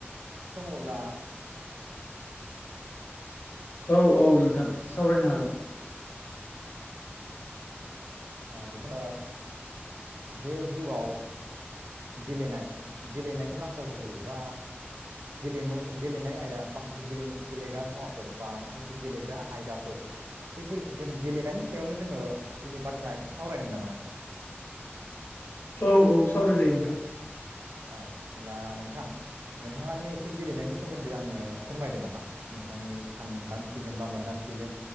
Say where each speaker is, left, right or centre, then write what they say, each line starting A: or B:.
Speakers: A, on the right (about 80°); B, on the left (about 65°).
A: दङब्ला
B: औ- औ नोंथां सावरायनो हागोन
A: औ ह बिखौनो जे जिउआव गेलेनाय गेलेनायखौ नांथारगौ जायोबा गेलेमु गेलेनाय आयदा माखासे गेले गेलेग्रा मुवाफोर बा माखासे गेलेग्रा आयदाफोर बैफोर जों गेलेनायनि सायावनो जोङो दिनै बाथ्रा एसे सावरायनो नामा नोंथां
B: औ औ सावरायजायो नोंथां।
A: औ होनब्ला नोंथां नोंथाङानो एसे गेलेनायनि सोमोन्दै आंनो फोरमायदो नामा नोंथांनि सानदांथिजों बा मोनदां थिजों